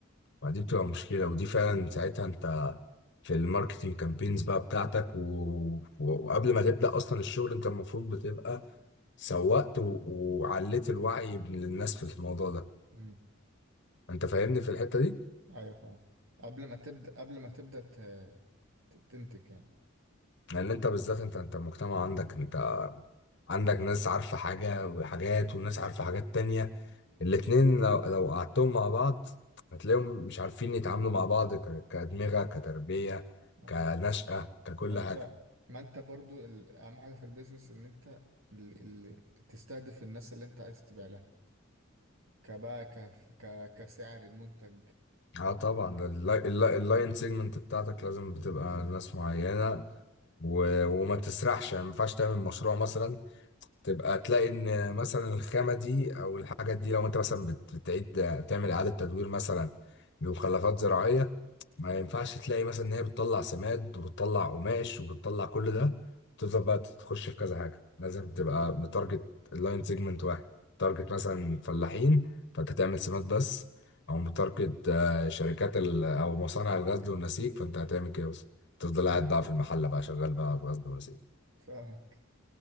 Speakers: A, on the left (about 60°); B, on the right (about 80°).
A: ما دي بتبقى مشكلة ودي فعلا
B: ايوه
A: ساعتها انت في الماركتينج كامبينز بقى بتاعتك و... و- وقبل ما تبدأ اصلا الشغل انت المفروض بتبقى سوقت و... وعليت الوعي من الناس في الموضوع ده
B: امم
A: انت فاهمني في الحتة دي
B: ايوه فاهم قبل ما تبدأ قبل ما تبدأ ت... ت- تنتج يعني
A: لان انت بالذات انت انت المجتمع عندك انت عندك ناس عارفة حاجة وحاجات وناس عارفة حاجات تانية الاتنين لو لو قعدتهم مع بعض هتلاقيهم مش عارفين يتعاملوا مع بعض ك- كأدمغة
B: مم.
A: كتربية
B: ايوه
A: كنشأة
B: فاهم.
A: ككل
B: ما انت
A: حاجة
B: ما انت برضو ال- اهم حاجة في البيزنس ان انت ال... ال... تستهدف الناس اللي انت عايز تبيع لها كبقى ك... ك... كسعر المنتج ك...
A: اه طبعا اللاي- اللاي- اللاين سيجمنت بتاعتك لازم بتبقى
B: بالظبط
A: ناس معينة و... وما تسرحش يعني ما ينفعش تعمل مشروع مثلا تبقى تلاقي ان مثلا الخامة دي او الحاجة دي لو انت مثلا بت... بتعيد تعمل إعادة تدوير مثلا لمخلفات زراعية ما ينفعش تلاقي مثلا ان هي بتطلع سماد وبتطلع قماش وبتطلع كل ده وتفضل بقى تخش في كذا حاجه لازم تبقى
B: ايوه فاهم
A: متارجت اللاين سيجمنت واحد تارجت
B: مم.
A: مثلا فلاحين فانت تعمل سماد بس او متارجت آه، شركات ال- او مصانع الغزل والنسيج فانت هتعمل كده بس تفضل
B: ايوه
A: قاعد بقى
B: فاهم
A: في المحله بقى شغال بقى في غزل ونسيج
B: فاهمك